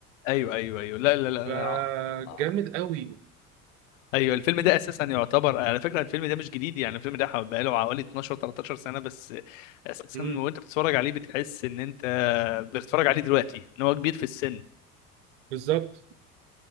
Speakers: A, on the left; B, on the right.
A: ايوه ايوه ايوه لا لا لا
B: فجامد
A: آه، آه.
B: قوي
A: ايوه الفيلم ده اساسا يعتبر على فكره الفيلم ده مش جديد يعني الفيلم ده حو- بقاله حوالي 12 13 سنه بس اساسا
B: امم
A: وانت بتتفرج عليه بتحس ان انت بتتفرج عليه دلوقتي ان هو كبير في السن
B: بالظبط